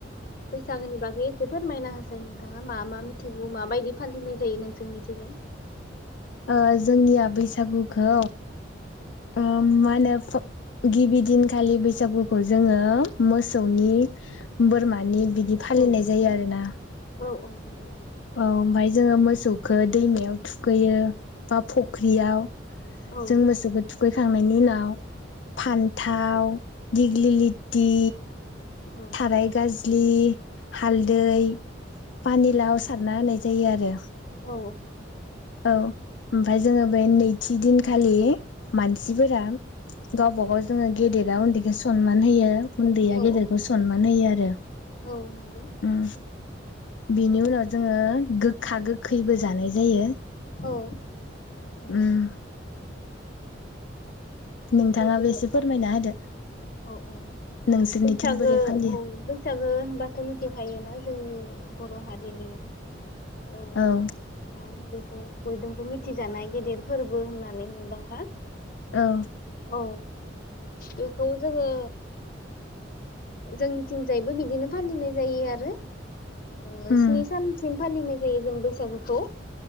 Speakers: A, on the left; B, on the left.
A: बैसाागनि बागै एसे फोरमायना फ्राय नोंथाङा मा मा मिथिगौ माबायदि फालिनाय जायो नोंसोर निखैजाय।
B: ओ जोंनिया बैसागुखौ ओ मा होनो गिबि दिनखालि बैसागुखौ जोङो मोसौनि बोरमानि बिदि फालिनाय
A: औ
B: जायो आरोना।
A: औ औ नंगौ
B: औ ओमफाय जोङो मोसौखौ दैमायाव थुखैयो बा फख्रियाव
A: औ
B: जोंमोसौखो थु खै खांनायनि उनाव फान्थाव दिग्लि लिथि
A: औ
B: थाराय गाज्लि हालदै पानिलाव
A: औ
B: स सारना होनाय जायो आरो।
A: औ
B: औ ओमफाय जोङो बे नैथि दिनखालि मानसिफोरा गावबा गाव जोङो गेदेरा उन्दैखौ स सनमान होयो उन्दैया
A: औ
B: गेदेरखौ
A: औ
B: सनमान होयो आरो।
A: औ नंगौ
B: उम बिनि उनाव जोङो गोखा गोखैबो जानाय जायो
A: औ नंगौ
B: उम नोंथाङाबो
A: बिदिनो
B: एसे
A: औ
B: फोरमायना होदो
A: औ औ
B: नोंसोरनिथिं
A: बैसागो
B: बोरै फालियो
A: औ बैसागो होनबाथ' लुथिखायो जोंनि बर' हारिनि ओ
B: औ
A: मा होनो बेखौ बयदोंबो मिथि थिजानाय गेदेर फोरबो होननानै मुंदांखा।
B: औ।
A: औ बेखौ जोङो जोंनिथिंजायबो बिदिनो फालिनाय जायो आरो। ओ
B: उम
A: स्नि सानसिम फालिनाय जायो जों बैसागुखौ।